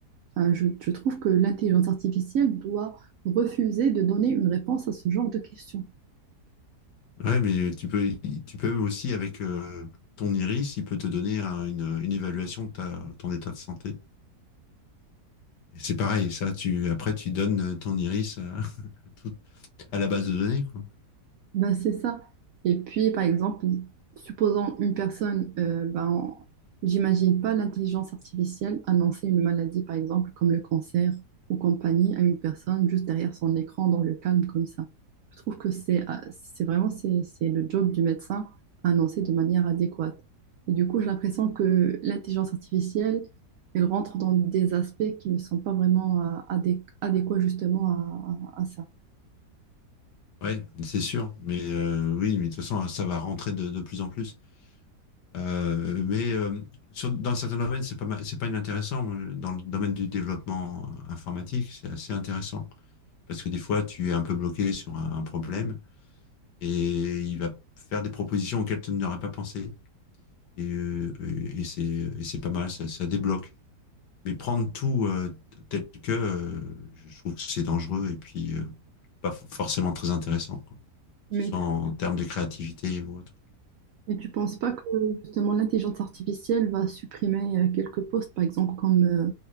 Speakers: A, on the right (about 70°); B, on the left (about 80°).
A: enfin, je, je trouve que l'intelligence artificielle doit refuser de donner une réponse à ce genre de questions.
B: Ouais, mais tu peux, tu peux aussi, avec euh, ton iris, il peut te donner un- une, une évaluation de ta, ton état de santé. Et c'est pareil, ça, tu, après, tu donnes ton iris à, <laughs> à tout- à la base de données, quoi.
A: Ben, c'est ça. Et puis, par exemple, supposons une personne, euh, ben, j'imagine pas l'intelligence artificielle annoncer une maladie, par exemple, comme le cancer ou compagnie, à une personne juste derrière son écran, dans le calme, comme ça. Je trouve que c'est euh, c'est vraiment c'est, c'est le job du médecin à annoncer de manière adéquate. Et du coup, j'ai l'impression que l'intelligence artificielle, elle rentre dans des aspects qui ne sont pas vraiment euh, adé- adéquats justement à à- à ça.
B: Oui, c'est sûr. Mais euh, oui, mais de toute façon, ça va rentrer de, de plus en plus. Euh, mais euh, sur, dans certains domaines, c'est pas mal- c'est pas inintéressant. Moi, Dans le domaine du développement informatique, c'est assez intéressant parce que des fois, tu es un peu bloqué sur un, un problème et il va faire des propositions auxquelles tu n'aurais pas pensé. Et, euh, et c'est et c'est pas mal, ça, ça débloque. Mais prendre tout euh, tel que, euh, je trouve que c'est dangereux et puis euh, pas f- forcément très intéressant. quoi.
A: Mais
B: que ce soit en termes de créativité ou autre.
A: Et tu penses pas que justement l'intelligence artificielle va supprimer euh, quelques postes, par exemple comme euh,